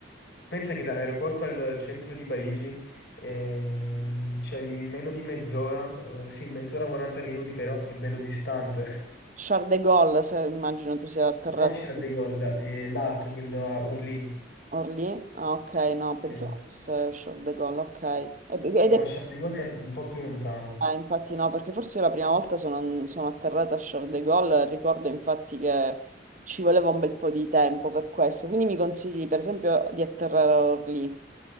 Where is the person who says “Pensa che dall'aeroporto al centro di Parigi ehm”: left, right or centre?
Left